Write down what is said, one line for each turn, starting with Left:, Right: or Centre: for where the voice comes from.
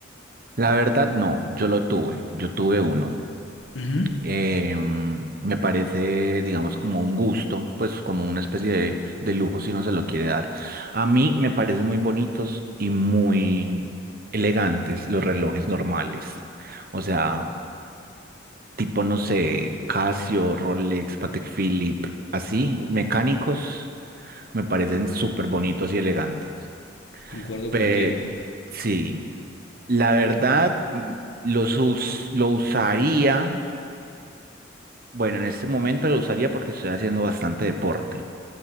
Right: La verdad, no, yo lo tuve, yo tuve uno.
Left: Ujú,
Right: Em, me parece, digamos, como un gusto, pues como una especie de, de lujo si no se lo quiere dar. A mí me parecen muy bonitos y muy elegantes los relojes normales. O sea, tipo, no sé, Casio, Rolex, Patek Philippe, así, mecánicos, me parecen súper bonitos y elegantes.
Left: Concuerdo
Right: Pe-
Left: contigo.
Right: sí. La verdad, mm, los us- lo usaría, bueno, en este momento lo usaría porque estoy haciendo bastante deporte